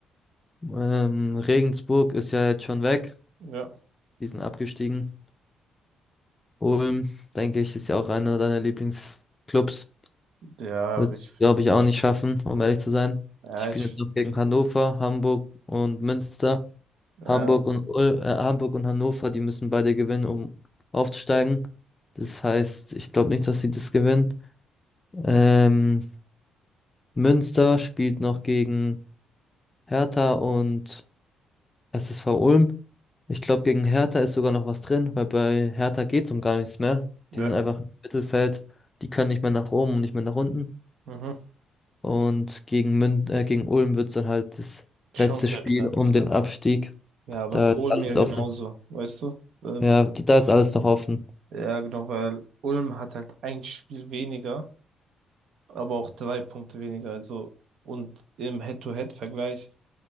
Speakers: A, on the left; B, on the right.
A: Ähm, Regensburg ist ja jetzt schon weg,
B: Ja.
A: die sind abgestiegen. Ulm, denke ich, ist ja auch einer deiner Lieblingsclubs.
B: Ja,
A: Wird's,
B: ich finde,
A: glaube
B: ich
A: ich, auch
B: bin,
A: nicht schaffen, um ehrlich zu sein.
B: ja,
A: Die spielen
B: ich,
A: jetzt noch gegen Hannover, Hamburg und Münster.
B: ja,
A: Hamburg und Ul- äh, Hamburg und Hannover, die müssen beide gewinnen, um aufzusteigen. Das heißt, ich glaube nicht, dass sie das gewinnen. Ähm, Münster spielt noch gegen Hertha und SSV Ulm. Ich glaube, gegen Hertha ist sogar noch was drin, weil bei Hertha geht es um gar nichts mehr.
B: ja,
A: Die sind einfach im Mittelfeld, die können nicht mehr nach oben und nicht mehr nach unten.
B: mhm.
A: Und gegen Mün äh, gegen Ulm wird es dann halt das
B: Schon
A: letzte
B: sehr
A: Spiel
B: knapp.
A: um den Abstieg.
B: Ja, aber
A: Da
B: für
A: ist
B: Ulm
A: alles
B: ja
A: offen.
B: genauso, weißt du? Äh,
A: Ja, da ist alles noch offen.
B: Ja, genau, weil Ulm hat halt ein Spiel weniger, aber auch drei Punkte weniger. Also, und im Head-to-Head-Vergleich,